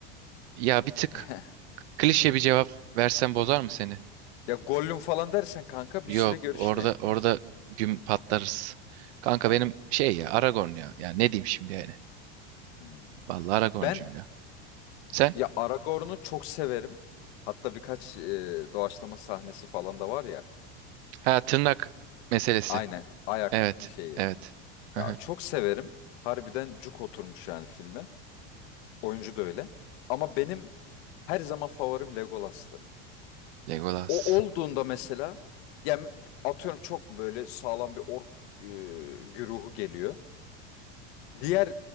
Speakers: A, on the right; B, on the left.
A: Ya bir tık
B: <laughs>
A: klişe bir cevap versem bozar mı seni?
B: Ya Gollum falan dersen kanka
A: Yok
B: bir süre görüşmeyin.
A: orada orada güm patlarız. Kanka
B: Evet.
A: benim şey ya Aragorn ya. Ya ne diyeyim şimdi yani.
B: Hmm.
A: Vallahi Aragorn'cuyum
B: Ben
A: ya. Sen?
B: Ya Aragorn'u çok severim. Hatta birkaç e, doğaçlama sahnesi falan da var ya.
A: Ha tırnak meselesi.
B: Aynen ayak
A: Evet.
B: şeyi.
A: Evet. Hı
B: Ya
A: hı.
B: çok severim. Harbiden cuk oturmuş yani filme. Oyuncu da öyle. Ama benim her zaman favorim Legolas'tı.
A: Legolas.
B: O olduğunda mesela yani atıyorum çok böyle sağlam bir ork e, güruhu geliyor. Diğer